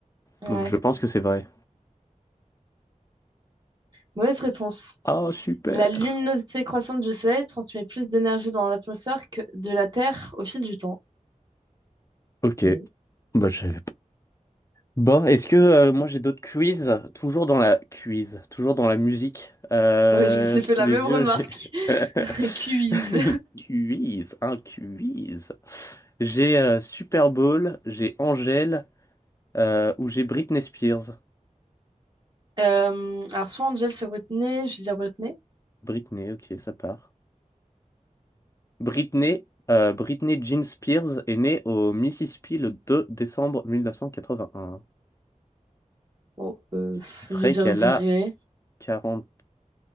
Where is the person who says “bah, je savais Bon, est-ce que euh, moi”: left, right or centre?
Left